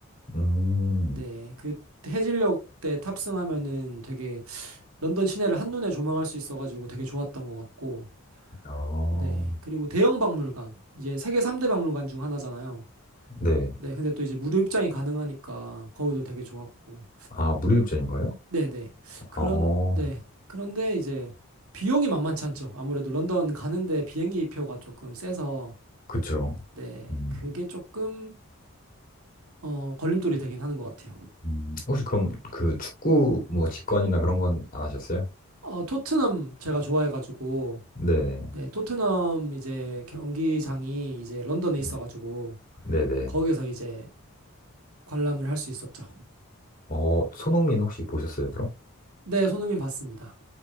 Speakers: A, on the left; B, on the right.
A: 음,
B: 네, 그 해질녘 때 탑승하면은 되게 런던 시내를 한눈에 조망할 수 있어가지고 되게 좋았던 것 같고,
A: 아,
B: 네. 그리고 대형 박물관, 이제 세계 3대 박물관 중 하나잖아요.
A: 네.
B: 네. 근데 또 이제 무료 입장이 가능하니까 거기도 되게 좋았고,
A: 아, 무료입장인가요?
B: 네네. 그런,
A: 아,
B: 네. 그런데 이제 비용이 만만치 않죠. 아무래도 런던 가는데 비행기 표가 조금 세서,
A: 그쵸.
B: 네.
A: 음,
B: 그게 조금, 어, 걸림돌이 되긴 하는 것 같아요.
A: 음, 혹시 그럼 그 축구 뭐 직관이나 그런 건 안 하셨어요?
B: 어, 토트넘 제가 좋아해가지고,
A: 네.
B: 네, 토트넘 이제 경기장이 이제 런던에
A: 네.
B: 있어가지고,
A: 네네.
B: 거기서 이제 관람을 할 수 있었죠.
A: 어, 손흥민 혹시 보셨어요, 그럼?
B: 네, 손흥민 봤습니다.